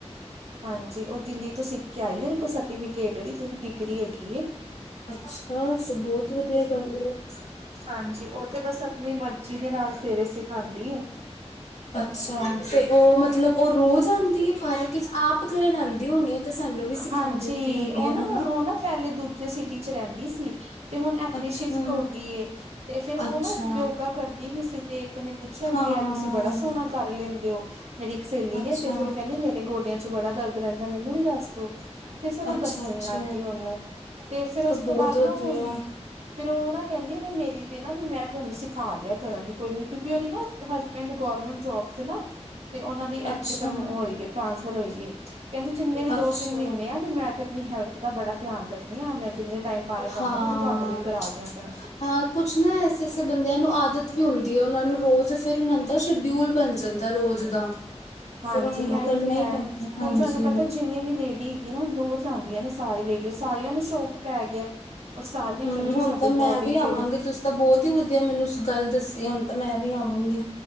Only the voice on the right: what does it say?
ਹਾਂਜੀ ਉਹ ਦਿੱਲੀ ਤੋਂ ਸਿੱਖ ਕੇ ਆਈ ਏ, ਔ ਦੇ ਕੋਲ ਸਰਟੀਫਿਕੇਟ ਐ, ਪੂਰੀ ਡਿਗਰੀ ਹੈਗੀ ਏ
ਹਾਂਜੀ ਉਹ ਤੇ ਬਸ ਆਪਣੀ ਮਰਜੀ ਦੇ ਨਾਲ ਸਵੇਰੇ ਸਿਖਾਂਦੀ ਆ
ਹਾਂਜੀ
ਉਹ
ਨਾ
ਹੁਣ ਉਹ ਨਾ ਪਹਿਲੇ ਦੂਜੇ ਤੇ ਸਿਟੀ ਚ ਰਹਿੰਦੀ ਸੀ, ਤੇ ਹੁਣ ਇੱਥੇ
ਸ਼ਿਫਟ ਹੋ ਗਈ ਏ ਤੇ ਫੇਰ ਉਹ
ਨਾ ਯੋਗਾ ਕਰਦੀ ਵੀਸੀ, ਤੇ ਇੱਕ ਨੇ ਪੁੱਛਿਆ
ਵੀ ਯ ਤੁਸੀਂ ਬੜਾ ਸੋਹਣਾ ਕਰ ਲੈਂਦੇ ਹੋ ਮੇਰੀ ਇੱਕ ਸਹੇਲੀ
ਨੇ, ਤੇ ਫ਼ਿਰ ਉਹ ਕਹਿੰਦੀ ਮੇਰੇ ਗੋਡਿਆਂ ਚ ਬੜਾ ਦਰਦ ਰਹਿੰਦਾ ਮੈਨੂੰ ਵੀ ਦੱਸ ਤੇ ਫੇਰ ਉਹ
ਦੱਸਣ
ਲੱਗ ਗਈ ਉਹਨੂੰ, ਤੇ ਫੇਰ ਉਸ
ਤੋਂ ਬਾਅਦ
ਨਾ ਹੁਣ ਫੇਰ ਉਹ ਨਾ ਕਹਿੰਦੀ ਵੀ ਮੇਰੀ ਤੇ ਨਾ ਮੈਂ ਤੁਹਾਨੂੰ ਸਿਖਾ ਦਿਆ ਕਰਾਂਗੀ ਕੋਈ ਨੀ, ਕਿਉਂਕਿ ਉਹਦੇ ਨਾ ਹਸਬੈਂਡ ਗੌਰਮੈਂਟ ਜੋਬ ਚ ਨਾ ਤੇ ਉਹਨਾਂ ਦੀ
ਇੱਥੇ ਪ੍ਰਮੋ ਹੋਈਗੀ ਏ, ਟ੍ਰਾਂਸਫਰ ਹੋਈਏ ਕਹਿੰਦੀ ਜਿੰਨੇ ਵੀ
ਦੋ ਤਿੰਨ ਮਹੀਨੇ ਆ, ਵੀ ਮੈਂ ਤੇ ਨਈ ਹੈਲਥ ਦਾ ਬੜਾ ਧਿਆਨ ਰੱਖਣੀ ਹਾਂ, ਮੈਂ ਜਿੰਨੇ ਟਾਈਮ ਪਾਰਕ
ਆਵਾਗੀ, ਮੈਂ ਤੁਹਾਨੂੰ ਵੀ ਕਰਾ ਦਿਆਂ ਕਰਾਗੀ
ਹਾਂਜੀ ਇਹਹੀ
ਤੇ ਹੈ,
ਹੁਣ ਤੁਹਾਨੂੰ ਪਤਾ ਜਿੰਨੀ ਵੀ ਲੇਡੀ ਹੈਗੀ ਨਾ, ਰੋਜ਼ ਆਦੀਆਂ ਨੇ ਸਾਰੀ ਲੇਡੀ ਸਾਰੀਆਂ ਨੂੰ ਸ਼ੌਕ ਪੈ ਗਿਆ ਉਹ ਸਾਰੀਆਂ
ਕਹਿੰਦੀਆਂ,
ਸਾਡੀ
ਬੋਡੀ
ਤੇ